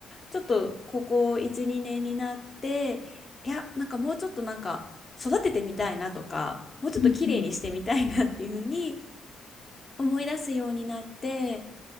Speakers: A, on the left (about 30°); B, on the left (about 70°).
A: ちょっとここ1、2年になって、いや、なんかもうちょっとなんか育ててみたいなとか、もうちょっと綺麗にしてみたいなっていうふうに
B: うんうん。
A: 思い出すようになって、